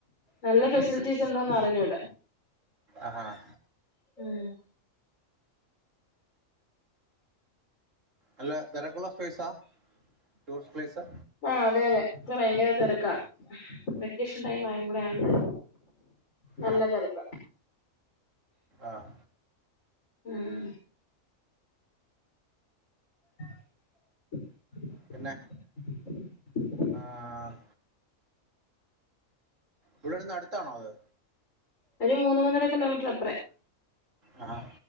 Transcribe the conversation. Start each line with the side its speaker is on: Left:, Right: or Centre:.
Left: നല്ല ഫെസിലിറ്റീസ് ഉണ്ടോന്ന് അറിഞ്ഞൂട
Right: ആഹ്
Left: ഉം
Right: അല്ല തെരക്കുള്ള പ്ലെസാ ടൂറിസ്റ്റ് പ്ലേസാ
Left: ആഹ് അതെ അതെ ഇപ്പൊ ഭയങ്കര തെരക്കാ വെക്കേഷൻ ടൈം ആയേം കൂടെ ആണ് നല്ല
Right: ആഹ്
Left: തെരക്ക
Right: ആഹ്
Left: ഉം <unintelligible>
Right: പിന്നെ
Left: <inaudible>
Right: ആഹ് ഇവിടെന്ന് അടുത്താണോ അത്
Left: ഒരു മൂന്ന് മൂന്നര കിലോമീറ്റർ അപ്പറെ
Right: ആഹാ